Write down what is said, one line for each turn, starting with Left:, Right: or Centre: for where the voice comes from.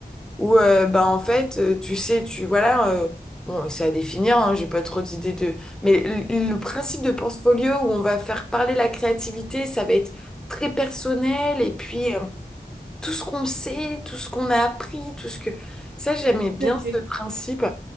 Centre: où euh, bah en fait euh, tu sais tu voilà euh, bon c'est à définir hein, j'ai pas trop d'idées de mais le, le principe de portfolio où on va faire parler la créativité ça va être très personnel et puis euh, tout ce qu'on sait tout ce qu'on a appris tout ce que ça j'aimais bien
Right: Tout à fait.
Centre: ce principe